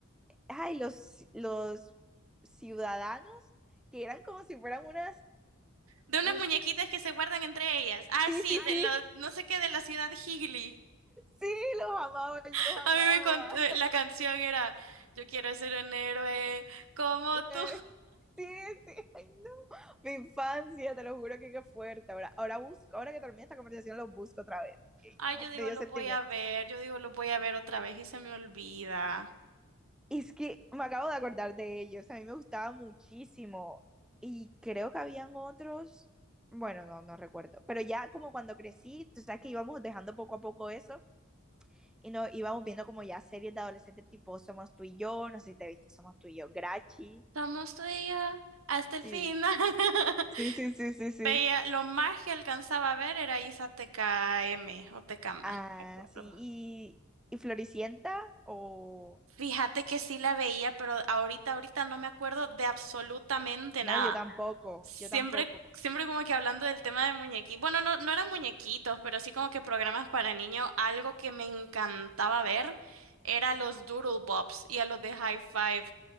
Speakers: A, in the centre; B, on the right (about 80°).
A: ay, los, los ciudadanos que eran como si fueran unas,
B: De unas
A: un,
B: muñequitas que se guardan entre ellas. Ah,
A: sí,
B: sí,
A: sí,
B: de
A: sí,
B: los, no sé qué, de la ciudad Higley.
A: sí, los amaba, yo
B: <laughs>
A: los amaba.
B: A mí me contó, la canción era, yo quiero ser un héroe como
A: Okay.
B: tú.
A: Sí, sí, ay, no. Mi infancia, te lo juro que qué fuerte. Ahora, ahora busco, ahora que termine esta conversación, los busco otra vez. Ay,
B: Ay,
A: no,
B: yo digo,
A: me dio
B: lo
A: sentimiento.
B: voy a ver, yo digo, lo voy a ver otra vez y se me olvida.
A: Es que me acabo de acordar de ellos, a mí me gustaba muchísimo. Y creo que habían otros, bueno, no, no recuerdo, pero ya como cuando crecí, tú sabes que íbamos dejando poco a poco eso y no, íbamos viendo como ya series de adolescentes tipo Somos tú y yo, no sé si te viste Somos tú y yo, Grachi,
B: Somos tú y yo hasta el
A: sí,
B: final. <laughs>
A: sí, sí, sí, sí, sí.
B: Veía, lo más que alcanzaba a ver era Isa T K M o T TKM,
A: Ah,
B: no me acuerdo.
A: sí, y, y Floricienta o...
B: Fíjate que sí la veía, pero ahorita, ahorita no me acuerdo de absolutamente
A: No,
B: nada.
A: yo tampoco,
B: Siempre,
A: yo tampoco.
B: siempre como que hablando del tema de muñequitos. Bueno, no, no eran muñequitos, pero sí como que programas para niños. Algo que me encantaba ver era los Doodle Bops y a los de High Five.